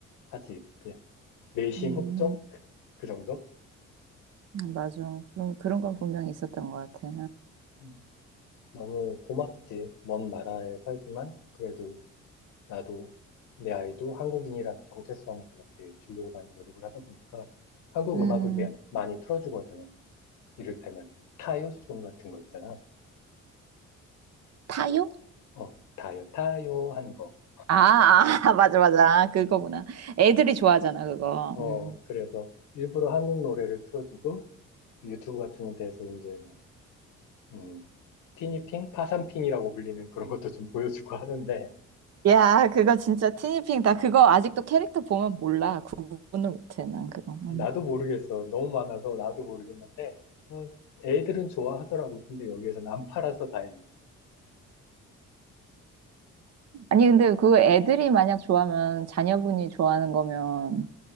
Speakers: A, on the left; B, on the right.
A: 하지. 그냥 내심
B: 음,
A: 흡족? 그 정도?
B: 음, 맞아. 그런, 그런 건 분명히 있었던 것 같아.
A: 음, 너무 고맙지. 먼 나라에 살지만 그래도 나도 내 아이도 한국인이라는 정체성을 이렇게 주려고 많이 노력을 하다 보니까 한국
B: 음,
A: 음악을 매- 많이 틀어주거든. 이를테면 타요송 같은 거 있잖아.
B: 타요?
A: 어, 타요, 타요 하는 거.
B: 아, 아, <laughs> 맞아, 맞아. 그거구나. 애들이 좋아하잖아, 그거.
A: 어,
B: 음.
A: 그래서 일부러 한국 노래를 틀어주고 유튜브 같은 데서 이제 뭐, 음, 티니핑, 파산핑이라고 불리는 그런 것도 좀 보여주고 하는데
B: 야, 그거 진짜 티니핑. 나 그거 아직도 캐릭터 보면 몰라. 구분을 못해, 난 그거. 음.
A: 나도 모르겠어. 너무 많아서 나도 모르겠는데 어, 애들은 좋아하더라고. 근데 여기에서는 안 팔아서 다행이야.
B: 아니, 근데 그 애들이 만약 좋아하면, 자녀분이 좋아하는 거면,